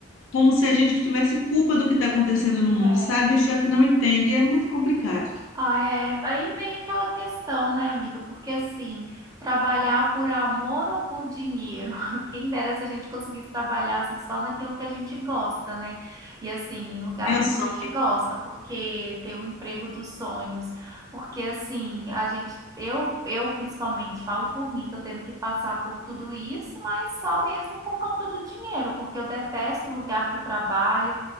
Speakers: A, on the left; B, on the right.
A: como se a gente tivesse culpa do que está acontecendo no
B: É.
A: mundo, sabe? O chefe não entende, é muito complicado.
B: Ah, é. Aí vem aquela questão, né, amiga? Porque assim, trabalhar por amor ou por dinheiro? <laughs> Quem dera se a gente conseguisse trabalhar assim, só naquilo que a gente gosta, né? E assim, em lugares
A: Meu sonho.
B: que a gente gosta, porque ter o emprego dos sonhos. Porque assim, a gente, eu, eu principalmente falo por mim, tô tendo que passar por tudo isso, mas só mesmo por conta do dinheiro, porque eu detesto o lugar que eu trabalho.